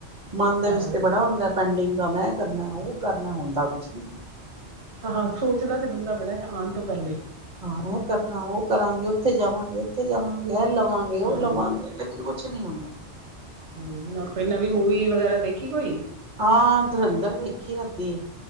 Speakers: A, on the right; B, on the right.
A: ਮਨ ਦੇ
B: ਹਾਂ
A: ਵਿੱਚ ਤੇ ਬੜਾ ਹੁੰਦਾ। ਪੈਂਡਿੰਗ ਕੰਮ ਆ ਕਰਨਾ, ਉਹ ਕਰਨਾ, ਹੁੰਦਾ ਕੁੱਛ ਵੀ ਨਹੀਂ।
B: ਹਾਂ -ਹਾਂ ਸੋਚਦਾ ਤੇ ਬੰਦਾ ਬੜਾ ਹੈ ਆਉਣ ਤੋਂ ਪਹਿਲੇ!
A: ਹਾਂ ਇਹ ਕਰਨਾ, ਉਹ ਕਰਾਂਗੇ, ਉੱਥੇ ਜਾਵਾਂਗੇ, ਇੱਥੇ ਜਾਵਾਂਗੇ, ਇਹ ਲਵਾਂਗੇ, ਉਹ
B: ਹਾਂ
A: ਲਵਾਂਗੇ,
B: ਹਮ
A: ਲੇਕਿਨ ਕੁੱਛ ਨਹੀਂ ਹੁੰਦਾ।
B: ਹਮ ਹੋਰ ਕੋਈ ਨਵੀਂ ਮੂਵੀ ਵਗੈਰਾ ਦੇਖੀ ਕੋਈ?
A: ਹਾਂ ਧੁਰੰਧਰ ਵੇਖੀ ਰਾਤੀ